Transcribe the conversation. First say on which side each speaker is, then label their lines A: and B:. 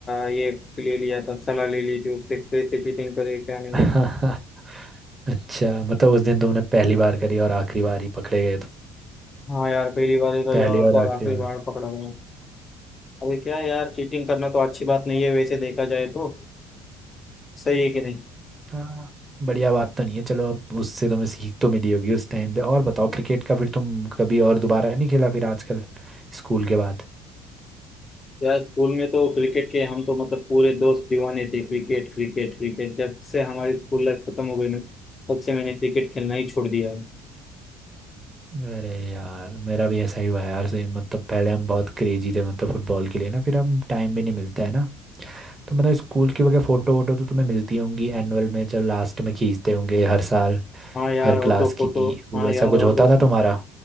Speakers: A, on the left (about 35°); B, on the right (about 25°).
A: ये ले लिया था सलाह ले ली थी उससे कैसे चीटिंग करे क्या नहीं
B: <laughs> अच्छा मतलब उस दिन तुमने पहली बार करी और आखिरी बार ही पकड़े गए तुम
A: हाँ यार पहली बार ही गई
B: पहली
A: और तो
B: और आखिरी
A: और आखिरी
B: बार
A: बार पकड़ा गया अभी क्या यार चीटिंग करना तो अच्छी बात नहीं है वैसे देखा जाए तो सही है कि नहीं
B: हाँ बढ़िया बात तो नहीं है चलो अब उससे तुम्हें सीख तो मिली होगी उस टाइम पे और बताओ क्रिकेट का फिर तुम कभी और दोबारा नहीं खेला फिर आजकल स्कूल के बाद
A: यार स्कूल में तो क्रिकेट के हम तो मतलब पूरे दोस्त दीवाने थे क्रिकेट क्रिकेट क्रिकेट जब से हमारी स्कूल लाइफ खत्म हो गई ना तब से मैंने क्रिकेट खेलना ही छोड़ दिया है
B: अरे यार मेरा भी ऐसा ही हुआ है यार सेम मतलब पहले हम बहुत क्रेजी थे मतलब फुटबॉल के लिए ना फिर अब टाइम भी नहीं मिलता है ना तो मतलब स्कूल की वगैरह फोटो वोटो तो तुम्हें मिलती होंगी एनुअल में जब लास्ट में खींचते होंगे हर साल
A: हाँ यार
B: हर
A: हो
B: क्लास
A: तो फोटो
B: की
A: हाँ
B: वैसा
A: यार
B: कुछ
A: हो
B: होता
A: तो
B: था तुम्हारा